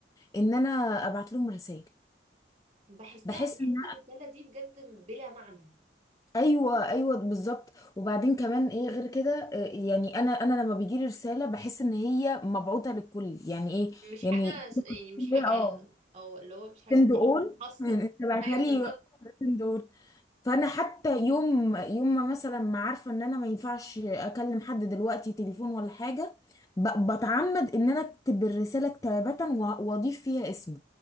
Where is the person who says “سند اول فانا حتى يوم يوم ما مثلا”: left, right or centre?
Left